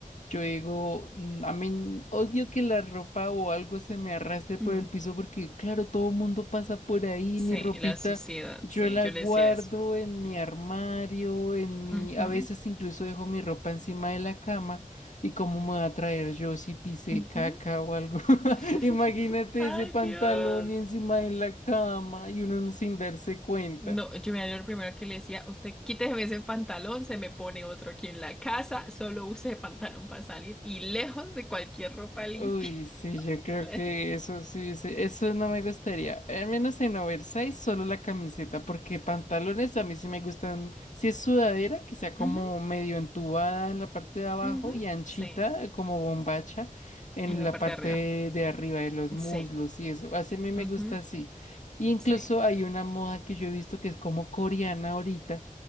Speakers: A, on the left (about 60°); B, in the centre.
A: yo digo, mm, a mí odio que la ropa o algo se me arrastre por
B: Mm,
A: el piso, porque claro, todo mundo pasa por ahí,
B: sí,
A: mi ropita,
B: la suciedad,
A: yo
B: sí,
A: la
B: yo
A: guardo
B: le decía eso.
A: en mi armario, en mi,
B: Ujú,
A: a veces incluso dejo mi ropa encima de la cama, y cómo me va a traer yo si pisé
B: ujú.
A: caca o algo.
B: <laughs>
A: <laughs> Imagínate
B: Ay,
A: ese pantalón
B: Dios.
A: y encima de la cama y uno no sin darse cuenta.
B: No, yo me acuerdo lo primero que le decía, usted quítese ese pantalón, se me pone otro aquí en la casa, solo use pantalón para salir y lejos de cualquier ropa limpia.
A: Uy, sí, yo creo
B: <laughs>
A: que eso sí, sí, eso no me gustaría. Al menos en oversize, solo la camiseta, porque pantalones a mí sí me gustan. Si es sudadera, que sea como
B: Ujú,
A: medio entubada en la parte de abajo
B: ujú.
A: y anchita,
B: Sí,
A: como bombacha, en
B: en la
A: la
B: parte
A: parte
B: de arriba.
A: de arriba de los muslos
B: Sí,
A: y eso. Así a mí me
B: ujú,
A: gusta así. Y incluso
B: sí,
A: hay una moda que yo he visto que es como coreana ahorita,